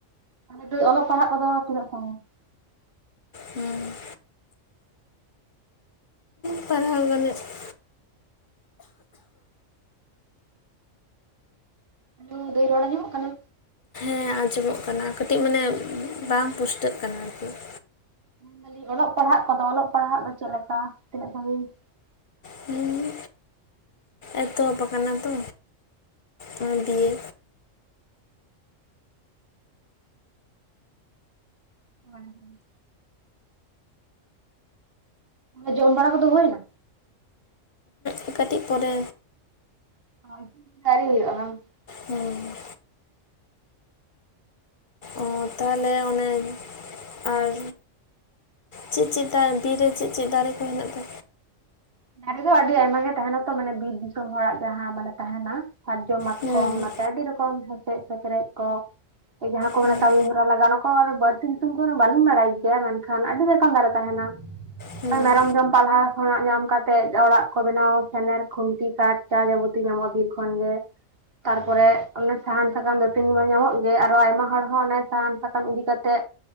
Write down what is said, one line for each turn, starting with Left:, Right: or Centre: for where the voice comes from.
Right: ᱛᱟᱦᱚᱞᱮ ᱫᱚ ᱚᱞᱚᱜ ᱯᱟᱲᱦᱟᱜ ᱠᱚᱫᱚ ᱛᱤᱱᱟᱹᱜ ᱥᱟᱹᱜᱤᱧ?
Left: ᱦᱩᱸ <inaudible>
Right: ᱦᱮᱞᱳ ᱫᱟᱹᱭ ᱨᱚᱲ ᱟᱡᱚᱢᱚᱜ ᱠᱟᱱᱟ?
Left: ᱦᱮ ᱟᱸᱡᱚᱢᱚᱜ ᱠᱟᱱᱟ ᱠᱟᱹᱴᱤᱡ ᱢᱟᱱᱮ ᱵᱟᱝ ᱯᱩᱥᱴᱟᱹᱜ ᱠᱟᱱᱟ ᱟᱨᱠᱤ ᱾
Right: ᱢᱮᱱ ᱫᱟᱞᱤᱧ ᱚᱞᱚᱜ ᱯᱟᱲᱦᱟᱜ ᱠᱚᱫᱚ ᱚᱞᱚᱜ ᱯᱟᱲᱦᱟᱜ ᱫᱚ ᱪᱮᱫ ᱞᱮᱠᱟ ᱛᱤᱱᱟᱹᱜ ᱥᱟᱹᱜᱤᱧ?
Left: ᱦᱩᱸ ᱮᱛᱚᱦᱚᱵ ᱟᱠᱟᱱᱟ ᱛᱚ ᱱᱚᱭ ᱫᱤᱭᱮ
Right: ᱦᱳᱭ ᱦᱳᱭ᱾ ᱟᱫᱚ ᱡᱚᱢ ᱵᱟᱲᱟ ᱠᱚᱫᱚ ᱦᱩᱭᱮᱱᱟ?
Left: <inaudible> ᱠᱟᱹᱴᱤᱡ ᱯᱚᱨᱮ᱾
Right: <inaudible>
Left: ᱦᱩᱸ ᱚ ᱛᱟᱦᱚᱞᱮ ᱚᱱᱮ ᱟᱨ ᱪᱮᱫ ᱪᱮᱫ ᱫᱟᱨᱮ ᱵᱤᱨ ᱨᱮ ᱪᱮᱫ ᱪᱮᱫ ᱫᱟᱨᱮ ᱠᱚ ᱦᱮᱱᱟᱜ ᱛᱟ
Right: ᱫᱟᱨᱮ ᱫᱚ ᱟᱹᱰᱤ ᱟᱭᱢᱟ ᱜᱮ ᱛᱟᱦᱮᱱᱟ ᱛᱚ ᱢᱟᱱᱮ ᱵᱤᱨ ᱫᱤᱥᱚᱢ ᱦᱚᱲᱟᱜ ᱡᱟᱦᱟᱸ ᱢᱟᱱᱮ ᱛᱟᱦᱮᱱᱟ, ᱥᱟᱨᱡᱚᱢ ᱢᱟᱛᱠᱚᱢ
Left: ᱦᱩᱸ
Right: ᱱᱚᱛᱮ ᱟᱹᱰᱤ ᱨᱚᱠᱚᱢ ᱦᱮᱸᱥᱮᱡ ᱥᱮᱠᱽᱨᱮᱡ ᱠᱚ, ᱡᱟᱦᱟᱸ ᱠᱚ
Left: ᱦᱩᱸ
Right: ᱢᱟᱱᱮ ᱠᱟᱹᱢᱤ ᱦᱚᱨᱟ ᱞᱟᱜᱟᱜ-ᱟ ᱚᱱᱟ ᱠᱚ ᱵᱟᱹᱲᱛᱤ ᱧᱩᱛᱩᱢ ᱠᱚ ᱫᱚ ᱵᱟᱞᱤᱧ ᱵᱟᱲᱟᱭ ᱜᱮᱭᱟ ᱢᱮᱱᱠᱷᱟᱱ ᱟᱹᱰᱤ ᱞᱮᱠᱟᱱ ᱫᱟᱨᱮ ᱛᱟᱦᱮᱱᱟ
Left: ᱦᱩᱸ
Right: ᱟᱨ ᱢᱮᱨᱚᱢ ᱡᱚᱢ ᱯᱟᱞᱦᱟ ᱠᱷᱚᱱᱟᱜ ᱧᱟᱢ ᱠᱟᱛᱮ ᱛᱮᱫ ᱚᱲᱟᱜ ᱠᱚ ᱵᱮᱱᱟᱣ ᱥᱮᱱᱮᱨ ᱠᱷᱩᱱᱴᱤ ᱠᱟᱴ ᱡᱟ ᱡᱟᱵᱚᱛᱤᱭ ᱧᱟᱢᱚᱜ-ᱟ ᱵᱤᱨ ᱠᱷᱚᱱ ᱜᱮ᱾ ᱛᱟᱨᱯᱚᱨᱮ ᱚᱱᱮ ᱥᱟᱦᱟᱱ ᱥᱟᱠᱟᱢ ᱫᱟᱹᱛᱟᱹᱱᱤ ᱢᱟ ᱧᱟᱢᱚᱜ ᱜᱮ ᱟᱨᱚ ᱟᱭᱢᱟ ᱦᱚᱲ ᱦᱚᱸ ᱚᱱᱮ ᱥᱟᱦᱟᱱ ᱥᱟᱠᱟᱢ ᱤᱫᱤ ᱠᱟᱛᱮᱜ